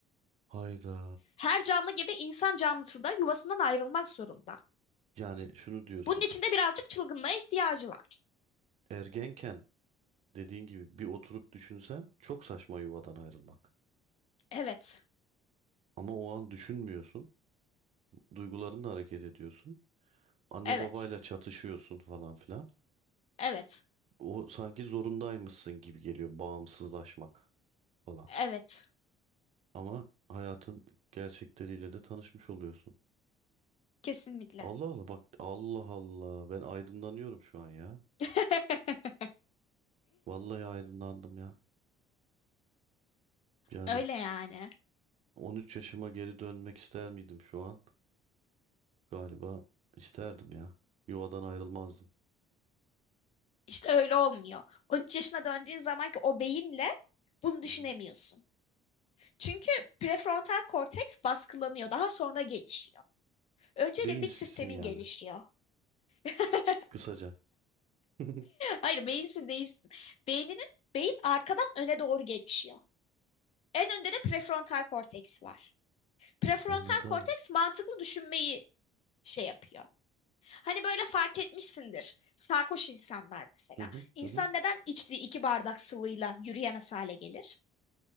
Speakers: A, on the right (about 45°); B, on the left (about 40°).
A: hayda.
B: Her canlı gibi insan canlısı da yuvasından ayrılmak zorunda.
A: Yani şunu diyorsun.
B: Bunun için de birazcık çılgınlığa ihtiyacı var.
A: Ergenken dediğin gibi bir oturup düşünsen çok saçma yuvadan ayrılmak.
B: Evet,
A: Ama o an düşünmüyorsun. Duygularınla hareket ediyorsun. anne
B: evet,
A: babayla çatışıyorsun falan filan.
B: evet,
A: O sanki zorundaymışsın gibi geliyor bağımsızlaşmak falan.
B: evet.
A: Ama hayatın gerçekleriyle de tanışmış oluyorsun.
B: Kesinlikle.
A: Allah Allah bak Allah Allah ben aydınlanıyorum şu an ya.
B: <laughs>
A: Vallahi aydınlandım ya. Yani
B: Öyle yani.
A: 13 yaşıma geri dönmek ister miydim şu an? Galiba isterdim ya. Yuvadan ayrılmazdım.
B: İşte öyle olmuyor. 13 yaşına döndüğün zamanki o beyinle bunu düşünemiyorsun.
A: Hı hı.
B: Çünkü prefrontal korteks baskılanıyor. Daha sonra gelişiyor. Önce
A: Beyinsizsin
B: limbik sistemin
A: yani
B: gelişiyor. <laughs>
A: kısaca. <laughs>
B: Hayır, beyinsiz değilsin. Beyninin beyin arkadan öne doğru gelişiyor. En önde de prefrontal korteks var. Prefrontal
A: Anladım.
B: korteks mantıklı düşünmeyi şey yapıyor. Hani böyle fark etmişsindir. Sarhoş insanlar mesela.
A: Hı hı
B: İnsan
A: hı. hı.
B: neden içtiği iki bardak sıvıyla yürüyemez hale gelir?